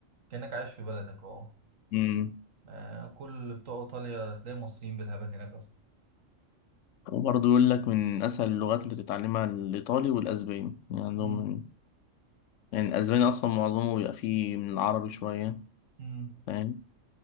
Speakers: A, on the right (about 80°); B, on the left (about 75°).
A: كأنك عايش في بلدك اه
B: مصر
A: آه، كل بتوع إيطاليا تلاقي مصريين بالهبل هناك أصلا
B: وبرضه يقول لك من أسهل اللغات اللي تتعلمها الإيطالي والأسباني يعني عندهم
A: مم.
B: من... يعني الأسباني أصلا معظمه بيبقى فيه من العربي شوية
A: مم.
B: فاهم